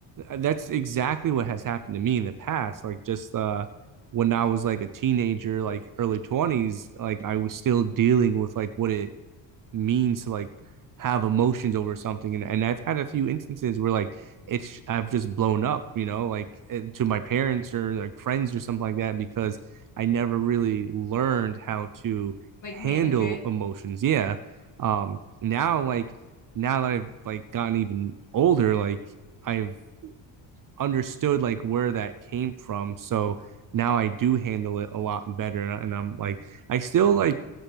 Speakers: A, on the right; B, on the left.
A: uh, that's exactly what has happened to me in the past. Like just uh when I was like a teenager, like early 20s, like I was still dealing with like what it means to like have emotions over something and, and i've had a few instances where like it's i've just blown up you know like eh, to my parents or like friends or something like that because i never really learned how to
B: like
A: handle
B: manage it.
A: emotions yeah um now like now that i've like gotten even older like i've understood like where that came from so now i do handle it a lot better and, I- and i'm like i still like